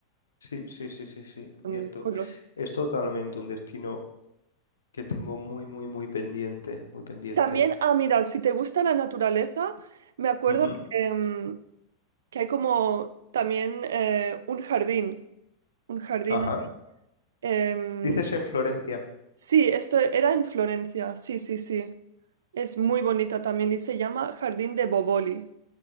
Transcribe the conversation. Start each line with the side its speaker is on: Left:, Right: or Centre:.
Left: Sí, sí, sí, sí, sí.
Right: con,
Left: Cierto.
Right: con los...
Left: Es totalmente un destino que tengo muy, muy, muy pendiente, muy pendiente.
Right: También, ah, mira, si te gusta la naturaleza, me acuerdo
Left: Ujú.
Right: que, em, que hay como también eh, un jardín, un jardín.
Left: Ajá.
Right: em,
Left: Dices en Florencia.
Right: sí, esto era en Florencia, sí, sí, sí. Es muy bonita también y se llama Jardín de Boboli.